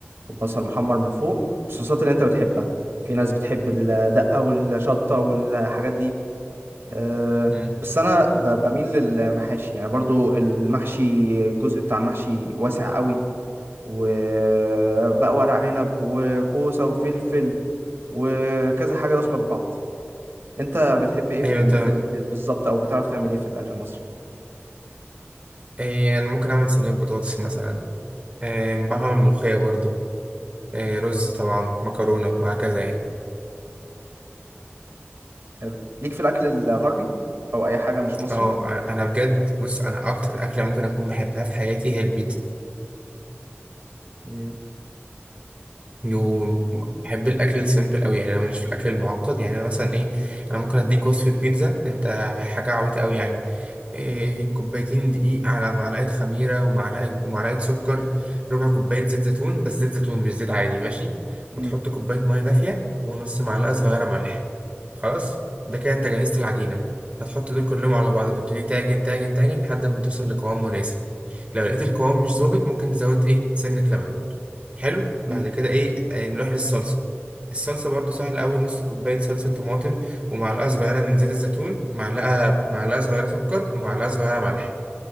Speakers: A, on the right (about 70°); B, on the right (about 30°).
A: وبصل محمر من فوق والصوصات اللي انت بتحبها في ناس بتحب الدقة والشطة والحاجات دي أه
B: مم.
A: بس انا ب... بميل للمحاشي يعني برضو المحشي الجزء بتاع المحشي واسع قوي وبقى ورق عنب وكوسة وفلفل وكذا حاجة داخلة في بعض انت بتحب ايه في
B: ايوه
A: ال...
B: طب
A: في ال... بالظبط او بتعرف تعمل ايه في الاكل المصري
B: إيه انا ممكن اعمل صينيه بطاطس مثلا إيه بعرف اعمل ملوخيه برضو إيه رز طبعا مكرونه وهكذا يعني
A: حلو ليك في الاكل الغربي او اي حاجة مش مصري
B: اه أ- انا بجد بص انا اكتر اكله ممكن اكون بحبها في حياتي هي البيتزا
A: مم.
B: وبحب الاكل السيمبل قوي يعني انا ماليش في الاكل المعقد يعني انا مثلا ايه انا ممكن اديك وصفه بيتزا انت حاجه عبيطه قوي يعني إيه، كوبايتين دقيق على معلقة خميرة ومعلقة ومعلقة سكر ربع كوباية زيت زيتون بس زيت زيتون مش زيت عادي ماشي وتحط
A: مم.
B: كوباية مية دافية ونص معلقة صغيرة ملح خلاص ده كده انت جهزت العجينة هتحط دول كلهم على بعض وتبتدي تعجن تعجن تعجن لحد ما توصل لقوام مناسب لو لقيت القوام مش ظابط ممكن تزود ايه سنة لبن حلو بعد
A: مم.
B: كده ايه آه، نروح للصلصه الصلصه برضو سهله قوي نص كوبايه صلصه طماطم ومعلقه صغيره من زيت الزيتون معلقه معلقه صغيره سكر ومعلقه صغيره ملح